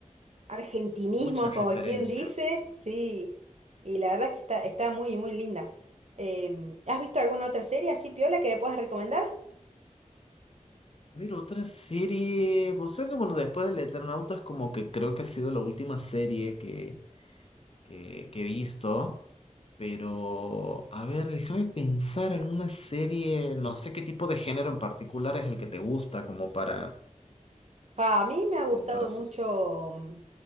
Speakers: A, on the right; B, on the left.
A: argentinismos,
B: Muchas
A: como
B: referencias.
A: quien dice. Sí, y la verdad que está, está muy, muy linda. Em, ¿has visto alguna otra serie así, Piola, que me puedas recomendar?
B: A ver, otra serie, vos sabés que bueno, después del Eternauta es como que creo que ha sido la última serie que que, que he visto, pero a ver, déjame pensar alguna serie, no sé qué tipo de género en particular es el que te gusta como para,
A: Pa, a mí me ha gustado
B: como para
A: mucho,
B: sugerir.
A: mm,